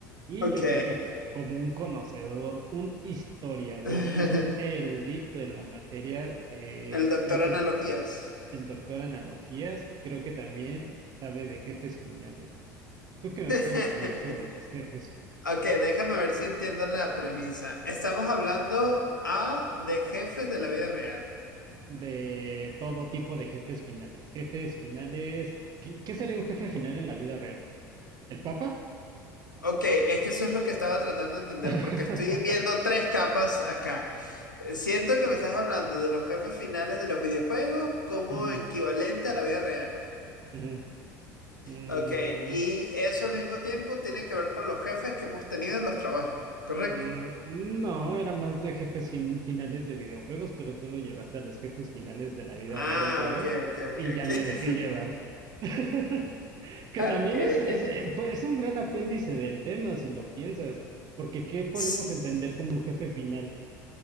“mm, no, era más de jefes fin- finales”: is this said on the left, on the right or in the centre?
Right